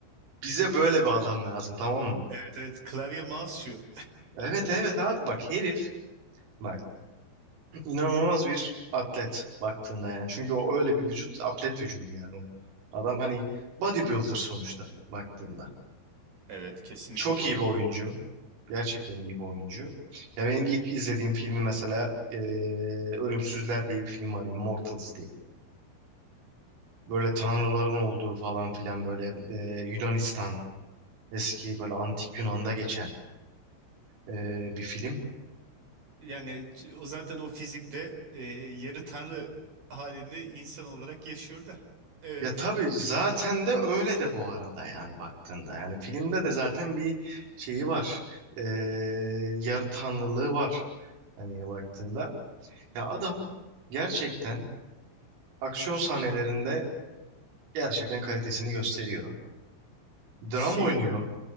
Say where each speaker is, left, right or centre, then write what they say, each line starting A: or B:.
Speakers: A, on the right; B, on the right.
A: bize böyle bir adam lazım tamam mı?
B: Evet, evet. Klavye mouse şu.
A: Evet evet abi bak herif bak inanılmaz bir atlet baktığında yani. Çünkü o öyle bir vücut atlet vücudu yani o. Adam hani bodybuilder sonuçta baktığında.
B: Evet, kesinlikle
A: Çok
B: bu
A: iyi
B: arada.
A: bir oyuncu. Gerçekten iyi bir oyuncu. Ya benim ilk izlediğim filmi mesela eee, Ölümsüzler diye bir film var. Immortals diye. Böyle tanrıların olduğu falan filan böyle eee, Yunanistan eski böyle antik Yunan'da geçen eee, bir film.
B: Yani c- o zaten o fizikle ee, yarı tanrı halinde insan olarak yaşıyor da. Evet.
A: Ya tabii zaten de öyle de bu arada yani baktığında. Yani filmde de zaten bir şeyi var. Ee, yarı tanrılığı var. Hani baktığında. Ya adam gerçekten aksiyon sahnelerinde gerçekten kalitesini gösteriyor. Dram
B: şeyi
A: oynuyor.